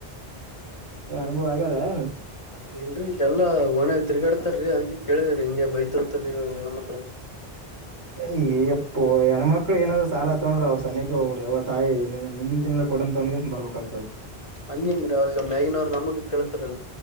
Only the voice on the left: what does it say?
ಇಲ್ರರಿ ಇಲ್ಲೆಲ್ಲಾ ಒಣ್ಯಾಗ ತಿರ್ಗಾಡ್ತಾ ರೀ ಅದ್ ಕೇಳಿದ್ರಿ ಹಿಂಗೆ ಬೈತು ತ್ತಾರೀ ಹೆಣ್ಣಮಕ್ಕಳು
ಹಂಗೇನಿಲ್ಲ ರೀ ಆ ಮ್ಯಾಗಿನವರು ನಮ್ಮನ್ನು ಕೇಳುತ್ತಾರೆ.